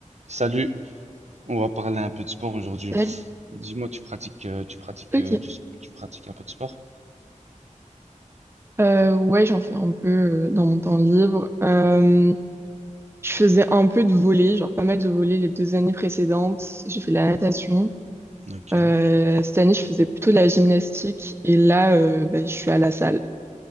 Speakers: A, on the right; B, on the right.
A: Salut, on va parler un peu de sport aujourd'hui.
B: Salut.
A: Dis-moi, tu pratiques, euh, tu pratiques,
B: Ok.
A: euh, du s- tu pratiques un peu de sport?
B: Euh, ouais, j'en fais un peu euh, dans mon temps libre. Euh, je faisais un peu de volley, genre pas mal de volley les deux années précédentes. J'ai fait de la natation.
A: Ok,
B: Euh, cette année, je faisais plutôt de la gymnastique. Et là, euh, bah, je suis à la salle